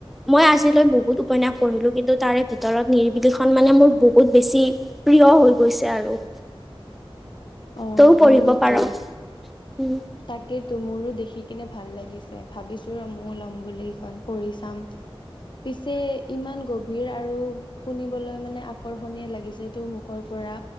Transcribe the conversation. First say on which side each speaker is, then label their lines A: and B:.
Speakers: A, in the centre; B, on the left.
A: মই আজিলৈ বহুত উপন্যাস পঢ়িলোঁ। কিন্তু তাৰে ভিতৰত নিৰিবিলখন মানে মোৰ বহুত বেছি প্ৰিয় হৈ গৈছে আৰু।
B: অ',
A: তইও পঢ়িব
B: হয় নেকি,
A: পাৰ উম,
B: তাকেতো মোৰো দেখি কিনে ভাল লাগিছে। ভাবিছো ৰ' মইও লম বুলি সিখন, পঢ়ি চাম। পিছে ইমান গভীৰ আৰু শুনিবলৈ মানে আকৰ্ষণীয় লাগিছে তোৰ মুখৰ পৰা